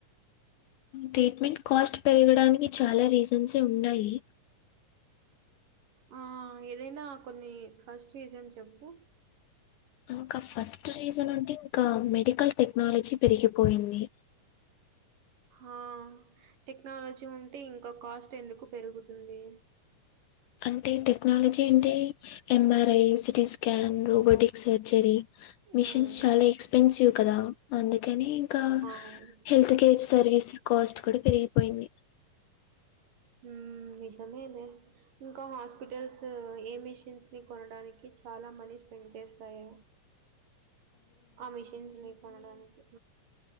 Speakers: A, on the left (about 75°); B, on the right (about 75°).
A: ట్రీట్మెంట్ కాస్ట్ పెరగడానికి చాలా రిజెన్సె ఉన్నాయి
B: ఆ ఏదైన కొన్ని ఫస్ట్ రీజన్ చెప్పు
A: ఇంకా ఫస్ట్ రీజన్ అంటే ఇంకా మెడికల్ టెక్నాలజీ పెరిగిపోయింది
B: హా టెక్నాలజీ ఉంటే ఇంకా కాస్ట్ ఎందుకు పెరుగుతుంది
A: అంటే టెక్నాలజీ అంటే M R I CT scan robotic surgery machines
B: um
A: చాలా ఎక్స్పెన్సివ్ కదా అందుకని ఇంకా
B: అవును
A: హెల్త్ కేర్ సర్వీసెస్ కాస్ట్ కూడ పెరిగిపోయింది
B: హు నిజమేలే ఇంకా హాస్పిటల్స్ ఏ మిషిన్స్ ని కొనడానికి చాలా మనీ స్పెండ్ చేస్తాయి ఆ మిషన్స్ ని కోనడానికి